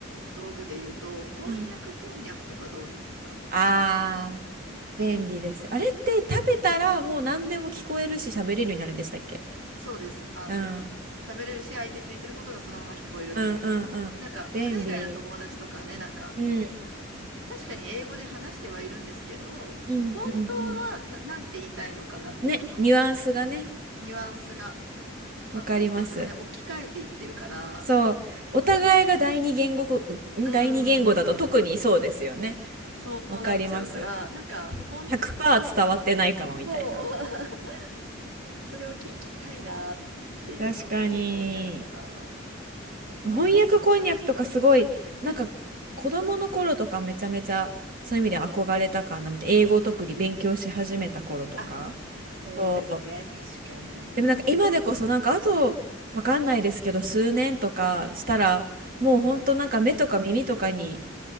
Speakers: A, on the right; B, on the right.
A: 道具で言うと、翻訳こんにゃくとかどうですか
B: うん。あー、便利です。あれって食べたらもう何でも聞こえるし喋れるようになるんでしたっけ
A: そうです。あの、
B: うん
A: 喋れるし、相手の言ってることがそのまま聞こえるっていう。
B: うんうんうん。
A: なんか、
B: 便利。
A: 海外の友達とかね、なんか、
B: うん。
A: 確かに英語で話してはいるんですけど、
B: うんうんうん。
A: 本当はな、なんて言いたいのかなっていうか、
B: ね、
A: その
B: ニュアンスがね、
A: ニュアンスが。
B: わかります。
A: 私たちもね、置き換えていってるから、
B: そう。お互いが第二言語こ、ん第二言語だと特にそうですよね。
A: うーん、そうなっちゃうから、
B: わかります。
A: なんか本当の、
B: 100%伝わってないかもみたいな。
A: そう、<laughs> それを聞きたいなっていうのは翻訳こんにゃくとか
B: 確かに。
A: 思いますよ。
B: 翻訳こんにゃくとかすごい、なんか子供の頃とかめちゃめちゃそういう意味で憧れたかなみたいな。英語を特に勉強し始めた頃とか。
A: あ、そうですね、
B: そう
A: 確かに。
B: でもなんか今でこそなんかあとわかんないですけど数年とかしたらもうほんとなんか目とか耳とかに
A: うん。